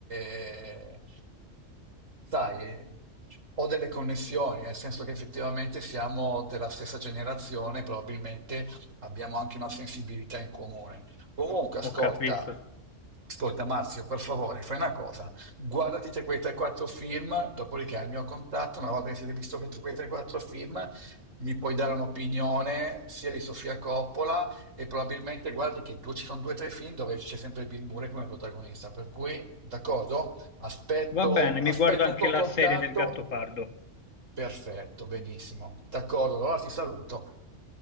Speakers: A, on the right (about 80°); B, on the left (about 85°).
A: eh, sai, ho delle connessioni, nel senso che effettivamente siamo della stessa generazione, probabilmente abbiamo anche una sensibilità in comune. Comunque, ascolta,
B: ho capito.
A: ascolta Marzio, per favore, fai una cosa, guardati te quei 3-4 film, dopodiché hai il mio contatto, una volta che siete visto che tu quei 3-4 film, mi puoi dare un'opinione sia di Sofia Coppola e probabilmente guardi che due, ci sono due o tre film dove c'è sempre Bill Murray come protagonista, per cui, d'accordo? Aspetto,
B: Va bene,
A: aspetto
B: mi guardo anche
A: un tuo
B: la
A: contatto.
B: serie del Gattopardo.
A: Perfetto, benissimo. D'accordo, allora ti saluto.